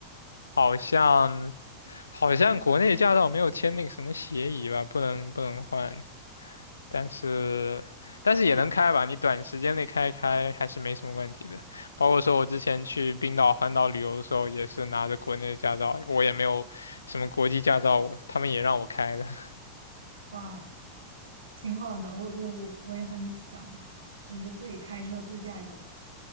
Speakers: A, on the left; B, on the right.
A: 好像好像国内驾照没有签那个什么协议吧，不能不能换。但是但是也能开吧，你短时间内开一开还是没什么问题的。包括说我之前去冰岛环岛旅游的时候，也是拿着国内的驾照，我也没有什么国际驾照，我他们也让我开的。<laughs>
B: 哇，挺好的。我我我我也很想，就是自己开车自驾游，